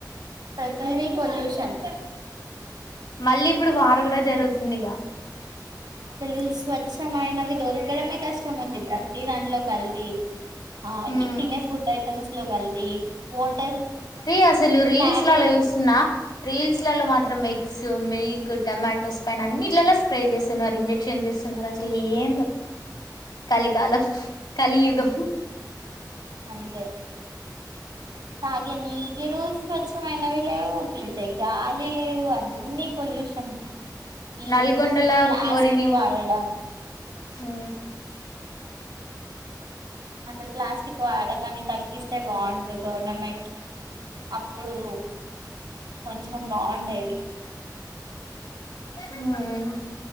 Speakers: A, on the right (about 85°); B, on the left (about 80°).
A: ప్రతి తిది పొల్యూషన్
B: మళ్ళీ ఇప్పుడు వారు కూడా జరుగుతుందిగా
A: అసలు స్వచ్ఛమైనవి దొరకడమే కష్టం ఉంది ప్రతిీ దాంట్లో కల్తీ ఆ
B: మ్మ్
A: ఇ తినే ఫుడ్ అయి టం స్లో కల్తీ వాటర్
B: మరి అసలు రీల్స్లలో
A: తాగే
B: చూస్తున్నా రీల్స్ లలో మాత్రం మిక్స్ మిల్క్ టొమాటో స్పైన్ అన్నిలలా స్ప్రే చేస్తున్నారు ఇంజక్షన్ చేస్తున్నారు అసలు ఏందో కలిికాలం కలియుగం
A: అంతే తాగే నీరు స్వచ్ఛమైనవి లేవు పీల్చే గాలి లేవు అన్నిీ పొల్యూషన్ ఈ
B: నల్గొండలా
A: ప్లాస్టిక్
B: క్లోరిన్
A: వాడడం
B: హు
A: అసలు ప్లాస్టిక్ వాడకన్ని తగ్గిస్తే బాగుండు గవర్నమెంట్ అప్పుడు కొంచెం బాగుండేది
B: హు